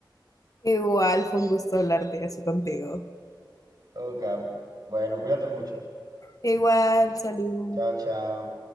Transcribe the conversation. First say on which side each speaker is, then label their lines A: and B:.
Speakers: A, on the left; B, on the right.
A: Igual fue un gusto hablar de eso contigo.
B: Ok, bueno, cuídate mucho.
A: Igual, salud.
B: Chao, chao.